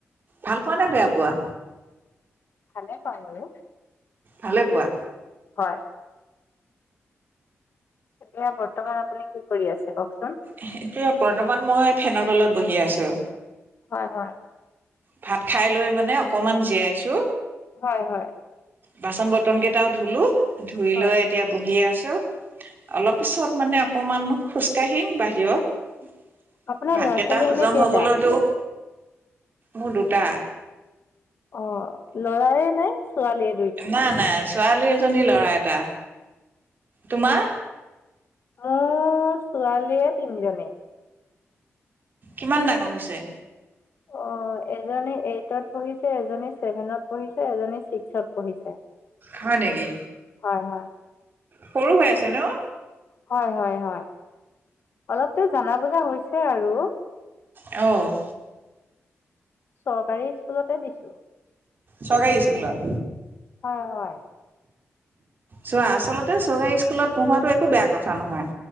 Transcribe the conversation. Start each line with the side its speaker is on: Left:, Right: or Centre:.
Right: ভাল পোৱা নে বেয়া পোৱা
Left: ভালে পাও বাৰু
Right: ভালে পোৱা
Left: হয় এতিয়া বৰ্তমান আপুনি কি কৰি আছে কওকচোন
Right: হে এতিয়া বৰ্তমান মই ফেনৰ তলত বহি আছো
Left: হয় হয়
Right: ভাত খাই লৈ মানে অকমান জীয়াইছো
Left: হয় হয়
Right: বাচন বৰ্তন কেইটাও ধুলো ধুই
Left: হয়
Right: লৈ এতিয়া বহি আছো অলপ পিছত মানে অকমান খোজ কাঢ়িম বাহিৰত
Left: আপোনাৰ
Right: ভাত
Left: ল'ৰা
Right: কেইটা
Left: ছোৱালী
Right: হজম
Left: এনে কেইটা
Right: হবলৈতো মোৰ দুটা
Left: অ লৰাৰে নে ছোৱালী
Right: না নাই ছোৱালী এজনী ল'ৰা এটা তোমা
Left: মো ছোৱালীয়ে তিনজনী
Right: কিমান ডাঙৰ হৈছে
Left: অ এজনী এইটত পঢ়িছে এজনী ছেভেনত পঢ়িছে এজনী ছিক্সত পঢ়িছে
Right: হয় নেকি
Left: হয় হয়
Right: সৰু হৈ আছে ন
Left: হয় হয় হয় অলপটো জানা বুজা হৈছে আৰু
Right: অ
Left: চৰকাৰী স্কুলতে দিছো
Right: চকাই স্কুলত
Left: হয় হয়
Right: চোৱা আচলতে চকাই স্কুলত পঢ়ুৱাটো একো বেয়া কথা নহয়